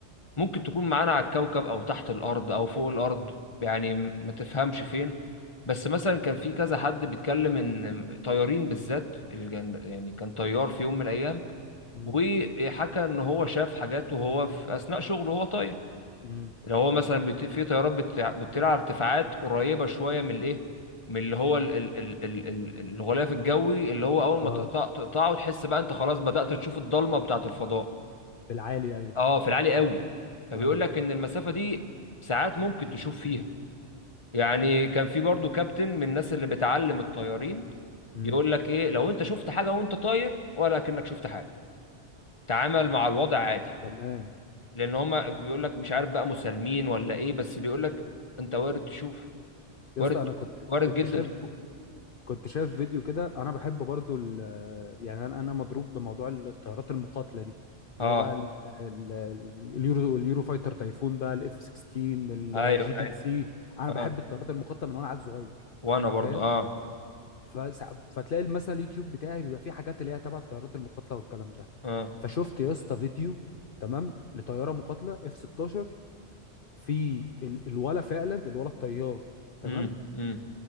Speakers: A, on the left; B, on the left.
A: ممكن تكون معانا على الكوكب او تحت الارض او فوق الارض يعني م- ما تفهمش فين بس مثلا كان في كذا حد بيتكلم ان طيارين بالذات الجن- يعني كان طيار في يوم من الايام
B: امم
A: وحكى ان هو شاف حاجات وهو في اثناء شغله وهو طاير
B: امم
A: اللي هو مثلا بت... في طيارات بت... بتطير على ارتفاعات قريبه شويه من الايه من اللي هو ال... ال... ال... ال... ال- الغلاف الجوي اللي هو اول
B: اه
A: ما تقطع تقطعه تحس بقى انت خلاص بدأت تشوف الضلمه بتاعه الفضاء
B: في العالي ايوه
A: اه في العالي قوي فبيقول
B: اه
A: لك ان المسافه دي ساعات ممكن تشوف فيها يعني كان في برضو كابتن من الناس اللي بتعلم الطيارين
B: امم
A: يقول لك ايه لو انت شفت حاجه وانت طاير ولا كأنك شفت حاجه تعامل مع الوضع عادي
B: تمام
A: لان هما بيقول لك مش عارف بقى مسالمين ولا ايه بس بيقول لك انت وارد تشوف
B: يا
A: وارد
B: اسطى انا كنت
A: وارد
B: كنت
A: جدا
B: شايف
A: تشوف
B: كنت شايف فيديو كده انا بحب برضو ال يعني انا انا مضروب بموضوع الطيارات المقاتله دي اللي
A: اه
B: هو بقى ال- ال- ال- اليورو اليورو فايتر تايفون بقى الاف 16 الجي
A: ايوه
B: 10
A: ايوه
B: سي انا
A: اه
B: بحب الطيارات المقاتله من وانا عيل صغير
A: وانا برضو
B: فاهم
A: اه
B: فسع- فتلاقي مثلا اليوتيوب بتاعي بيبقى فيه حاجات اللي هي تبع الطيارات المقاتله والكلام ده
A: اه
B: فشفت يا اسطى فيديو تمام لطياره مقاتله اف 16 في ال... الولا فعلا الولا الطيار تمام
A: امم امم